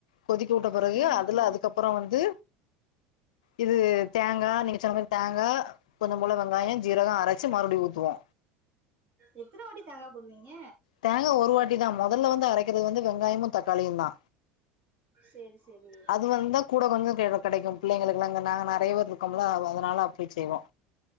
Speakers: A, on the left; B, on the right.
A: கொதிக்க உட்ட பெறகு
B: ம்
A: அதுல
B: ம்
A: அதுக்கப்றோ வந்து இது தேங்கா நீங்க சொன்ன மாறி தேங்கா கொஞ்சோ போல வெங்காயோ ஜீரகோ அரச்சு மறுபடியு ஊத்துவோ
B: எத்தனை வாட்டி தேங்கா போடுவீங்க
A: தேங்கா ஒரு வாட்டி தா மொதல்ல வந்து அரைக்கிறது வந்து வெங்காயமும் தக்காளியு தா
B: சேரி சேரி
A: அது வந்தா கூட கொஞ்சோ கெடைக்கு பிள்ளைங்களுக்கெல்லா அங்க நாங்க நிறைய பேர் இருக்கோம்ல்ல அதனால அப்டி செய்வோ